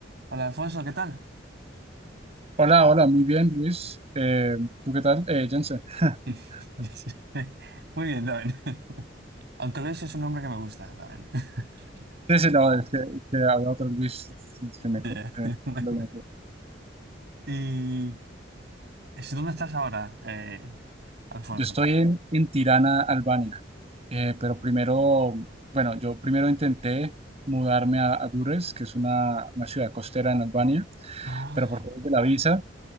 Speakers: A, on the right; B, on the right.
A: Hola Alfonso, ¿qué tal?
B: Hola, hola, muy bien, Luis. Eh, ¿tú qué tal? Eh, Jensen. <laughs>
A: <laughs> Muy bien, también. <laughs> Aunque Luis es un nombre que me gusta también. <laughs>
B: Sí, sí, no, es que, que había otro Luis que me co-
A: Yeah.
B: que me
A: <laughs> Bueno.
B: contó.
A: ¿Y es- dónde estás ahora, eh, Alfonso?
B: Yo estoy en, en Tirana, Albania, Eh, pero primero, bueno, yo primero intenté mudarme a, a Durres, que es una, una ciudad costera en Albania,
A: Ah,
B: pero por causa de la visa